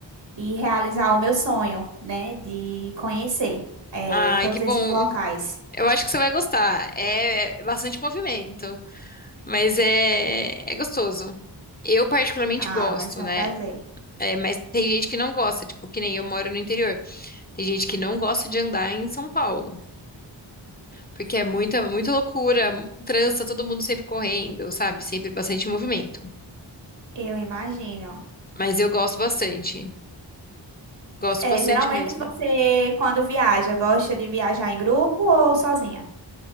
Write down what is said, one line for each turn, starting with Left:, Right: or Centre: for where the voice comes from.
Right: e realizar o meu sonho, né, de conhecer eh,
Left: Ai,
Right: todos
Left: que bom.
Right: esses locais.
Left: Eu acho que você vai gostar. É é bastante movimento. Mas é, é gostoso. Eu particularmente
Right: Ah,
Left: gosto,
Right: vai ser
Left: né?
Right: um prazer.
Left: É, mas tem gente que não gosta, tipo, que nem eu moro no interior. Tem gente que não gosta de andar em São Paulo, porque é muita, muita loucura, trança, todo mundo sempre correndo, sabe? Sempre bastante movimento.
Right: Eu imagino.
Left: Mas eu gosto bastante. Gosto
Right: É,
Left: bastante
Right: geralmente
Left: mesmo.
Right: você, quando viaja, gosta de viajar em grupo ou sozinha?